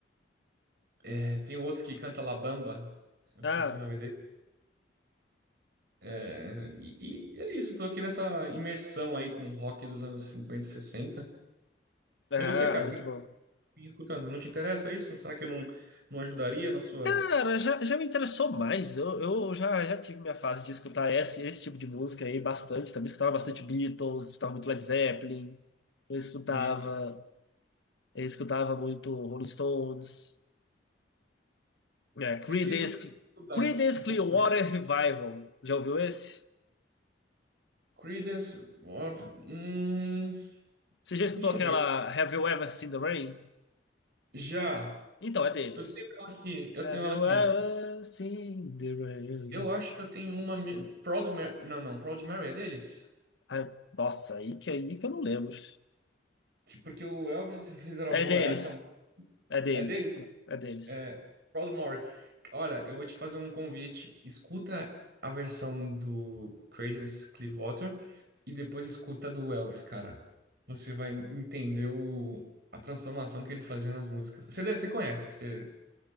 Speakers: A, on the right (about 60°); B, on the left (about 70°).
A: eh, tem outro que canta La Bamba, eu esqueci
B: Ah,
A: o nome dele. É, e, e é isso, tô aqui nessa imersão aí com o rock dos anos 50, e 60.
B: ah,
A: E você, cara,
B: muito
A: o que
B: bom.
A: me escutando. Não te interessa isso? Será que eu não, não ajudaria na sua
B: Cara, já, já me interessou mais. Eu, eu já, já tive minha fase de escutar esse, esse tipo de música aí bastante. Também escutava bastante Beatles, escutava muito Led Zeppelin. Eu escutava,
A: Bita?
B: eu escutava muito Rolling Stones. É, Creedence,
A: Preciso estudar
B: Creedence
A: um
B: Clearwater
A: pouco mais.
B: Revival. Já ouviu esse?
A: Credence, Water- hum,
B: Você já escutou
A: deixa
B: aquela
A: eu ver.
B: Have You Ever Seen the Rain?
A: Já.
B: Então, é deles.
A: Eu tenho ela aqui. Eu
B: Have
A: tenho ela
B: you
A: aqui.
B: ever seen the rain?
A: Eu acho que eu tenho uma. me- Proud Mary. Não, não. Proud Mary é deles?
B: Ai, nossa, aí que aí que eu não lembro.
A: Que- Porque o Elvis regravou
B: É deles.
A: essa.
B: É deles.
A: É deles?
B: É deles.
A: É, Proudmoore. Olha, eu vou te fazer um convite. Escuta a versão do Creedence Clearwater e depois escuta a do Elvis, cara. Você vai entender o- a transformação que ele fazia nas músicas. Você, deve- você conhece, você...